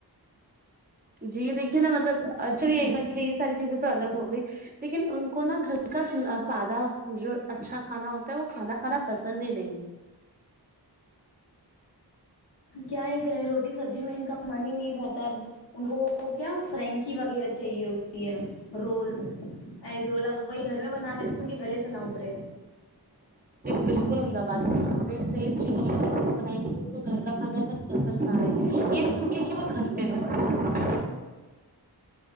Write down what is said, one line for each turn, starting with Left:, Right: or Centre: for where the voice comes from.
Right: جی یہ دیکھیے نا مطلب چلیے ایک بار کے لیے ساری چیزیں تو الگ ہو گئی لیکن ان کو نا گھر کا سا سادہ جو اچھا کھانا ہوتا ہے وہ کھانا کھانا پسند ہی نہیں ہے
Left: کیا ہی کہے روٹی سبزی میں ان کا من ہی نہیں بھرتا ان کو وہ کیا فرینکی وغیرہ چاہیے ہوتی رول ایگ رول اب
Right: ہے
Left: وہی گھر میں بن د تو ان کے گلے سے نہ اترے
Right: بالکل عمدہ بات کہی وہی سیم چیزیں بنائیں گے تو کو گھر کا کھانا بس پسند نہ آئے یہ سن کے کہ وہ گھر پہ بنا